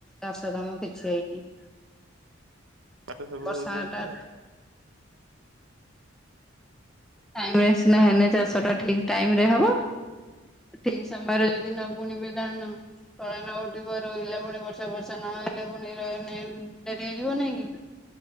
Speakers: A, in the centre; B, on the right.
A: ଚାଷ କାମ କିଛି ହେଇନି।
B: ପାଠ ସବୁ
A: ବର୍ଷା
B: ହଉ ଏମତିଆ।
A: ଟା ଟାଇମ ସିନା ହେନ ଚାଷ ଟା ଠିକ ଟାଇମ ରେ ହବ। ଠିକ ସମୟରେ ଯଦି ନ ବୁଣିବେ ଧାନ ଫଳ ନ ଉଠିବ ରହିଲା ପୁଣି ବର୍ଷା ବର୍ଷା ନହଲେ ପୁଣି ରନ ଡେରି ହେଇଯିବ ନାଇଁ କି।